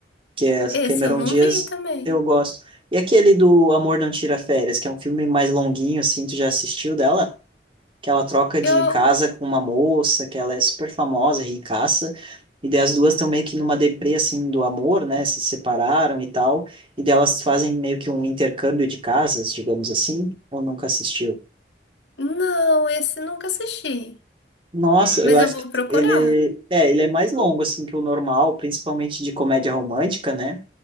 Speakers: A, on the right (about 30°); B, on the left (about 75°).
A: que é
B: esse
A: Cameron
B: eu não
A: Diaz,
B: vi também.
A: eu gosto. E aquele do Amor Não Tira Férias, que é um filme mais longuinho assim, tu já assistiu dela? que ela troca de
B: Eu,
A: casa com uma moça, que ela é super famosa, ricaça, e daí as duas estão meio que numa deprê, assim, do amor, né, se separaram e tal, e daí elas fazem meio que um intercâmbio de casas, digamos assim, ou nunca assistiu?
B: não, esse nunca assisti,
A: Nossa,
B: mas
A: eu acho
B: eu vou
A: que
B: procurar.
A: ele é, ele é mais longo assim que o normal, principalmente de comédia romântica, né?